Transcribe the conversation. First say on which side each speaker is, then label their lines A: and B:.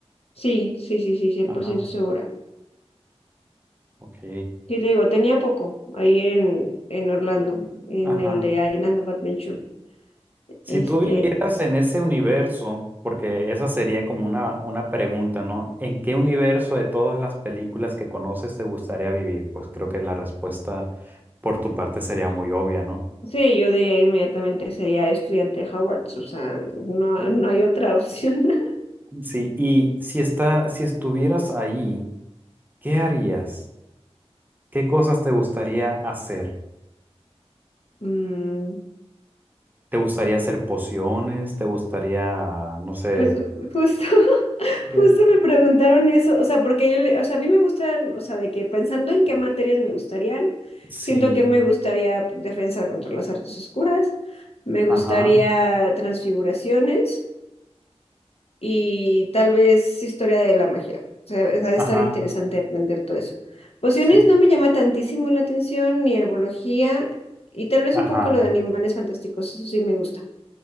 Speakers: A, on the left; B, on the right.
A: sí, sí, sí, sí, cien
B: ajá,
A: por ciento segura.
B: ok,
A: Sí, te digo, tenía poco ahí en, en Orlando, en
B: ajá.
A: el de Island of Adventure.
B: Si
A: Este,
B: tú vivieras en ese universo, porque esa sería como una, una pregunta, ¿no? ¿En qué universo de todas las películas que conoces te gustaría vivir? Pues creo que la respuesta por tu parte sería muy obvia, ¿no?
A: sí, yo diría inmediatamente sería estudiante de Howard, o sea, no, no hay otra opción. <laughs>
B: Sí, y si está, si estuvieras ahí, ¿qué harías? ¿Qué cosas te gustaría hacer?
A: Mm,
B: ¿Te gustaría hacer pociones? ¿Te gustaría, no sé,
A: Pues ju- justo, <laughs>
B: de...
A: justo me preguntaron eso, o sea, porque yo, le- o sea, a mí me gustan, o sea, de que pensando en qué materias me gustarían,
B: Sí,
A: siento que me gustaría defensa contra las artes oscuras, me gustaría
B: ajá,
A: transfiguraciones y tal vez historia de la magia, o sea, es- ha de
B: ajá,
A: estar interesante aprender todo eso. Pociones
B: sí,
A: no me llama tantísimo la atención, ni herbología, y tal vez
B: ajá,
A: un poco lo de animales fantásticos, eso sí me gusta.